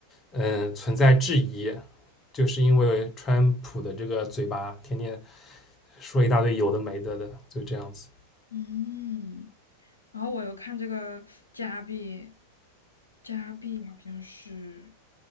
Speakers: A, on the left; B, on the left.
A: 嗯，存在质疑，就是因为川普的这个嘴巴天天说一大堆有的没的的，就这样子。
B: 嗯，然后我又看这个加币，加币好像是，